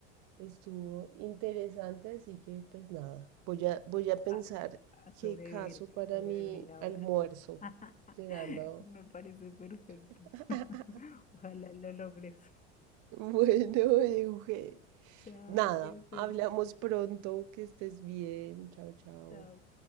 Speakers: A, on the right; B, on the left.
A: Estuvo interesante, así que pues nada, voy a, voy a pensar
B: a, a sobrevivir,
A: qué caso para
B: sobrevivir
A: mi
B: ahora.
A: almuerzo
B: <laughs>
A: llegando.
B: Me parece perfecto.
A: <laughs>
B: <laughs> Ojalá lo logres.
A: Bueno, Euge.
B: Chao,
A: Nada,
B: que estés.
A: hablamos pronto, que estés bien. Chao, chao.
B: Chao.